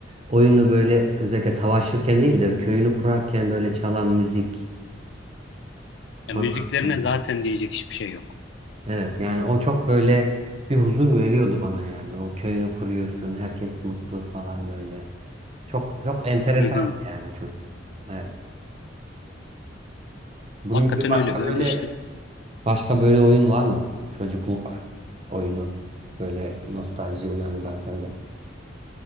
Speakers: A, on the right; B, on the left.
A: oyunu böyle özellikle savaşırken değil de köyünü kurarken böyle çalan müzik.
B: Ya
A: Anladım.
B: müziklerine zaten diyecek hiçbir şey yok.
A: Evet yani o çok böyle bir huzur veriyordu bana yani. O köyünü kuruyorsun, herkes mutlu falan böyle. Çok çok enteresan
B: Hı hı.
A: yani çok. Evet. Bunun
B: Hakikaten
A: gibi başka
B: öyle. Böyle
A: böyle
B: işte
A: başka böyle oyun var mı? Çocukluk oyunu böyle nostalji uyandıran sende.